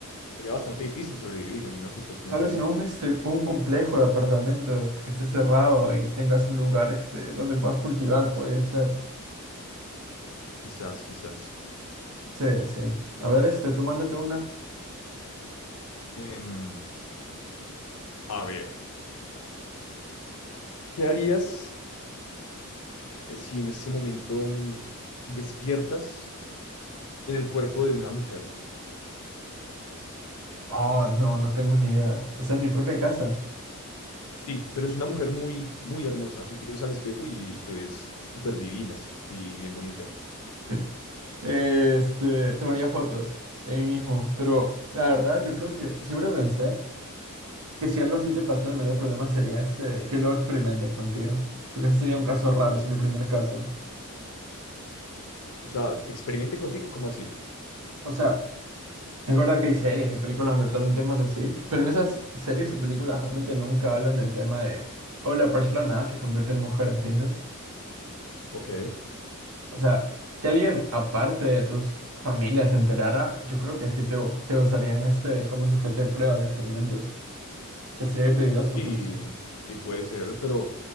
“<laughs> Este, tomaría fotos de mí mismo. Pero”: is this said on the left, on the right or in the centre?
Right